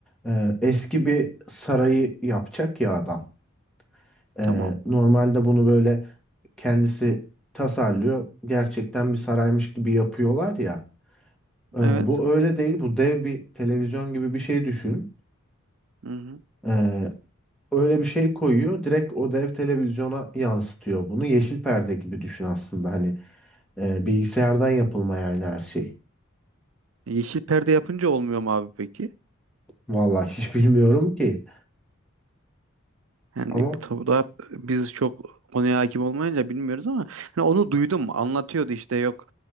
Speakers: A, in the centre; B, on the right.
A: Ee, eski bir sarayı yapacak ya adam. Ee,
B: Tamam.
A: normalde bunu böyle kendisi tasarlıyor. Gerçekten bir saraymış gibi yapıyorlar ya. Ee,
B: Evet.
A: bu öyle değil. Bu dev bir televizyon gibi bir şey düşün.
B: Hı hı.
A: Ee, öyle bir şey koyuyor. Direkt o dev televizyona yansıtıyor bunu. Yeşil perde gibi düşün aslında. Hani e, bilgisayardan yapılma yani her şey.
B: Yeşil perde yapınca olmuyor mu abi peki?
A: Vallahi hiç <laughs> bilmiyorum ki.
B: Yani
A: Ama...
B: tabii daha biz çok konuya hakim olmayınca bilmiyoruz ama hani onu duydum anlatıyordu işte yok